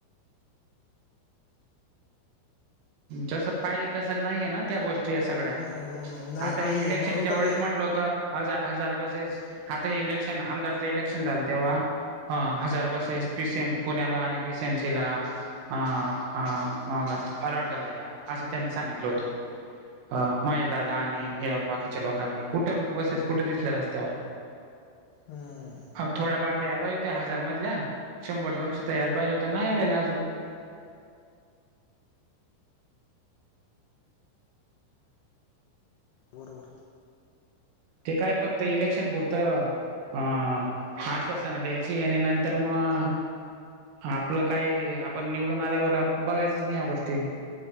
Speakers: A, on the right; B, on the left.
A: जसं पाहिजे तसं नाहीये ना त्या गोष्टी या सगळ्या.
B: हम्म हम्म नाही
A: आता
B: नाहीये
A: इलेक्शनच्या
B: म्हणून तर
A: वेळेस
B: ते
A: म्हटलं होत. हजार हजार बसेस आता हे इलेक्शन आमदारचं इलेक्शन झालं तेव्हा. हा हजार बस आहेस पी सीएम पुण्याला आणि पी सीएम सी ला. हा हा म अलर्ट झालं असं त्यांनी सांगितलं होतं. अ महेश दादा आणि या बाकीच्या लोकांनी कुठे बसेस कुठे दिसल्या रस्त्यावर.
B: हम्म.
A: अ थोड्याफार तर यायल पाहिज होत्या हजार मधल्या शंभर दोनशे तर यायल पाहिजे होत्या नाही आलेल्या अजून.
B: बरोबर.
A: ते काय फक्त इलेक्शन पुरतं. हा आश्वासनं द्यायची आणि नंतर मग. आपलं काय आपण निवडून आल्यावर बघायचंच नाही या गोष्टी.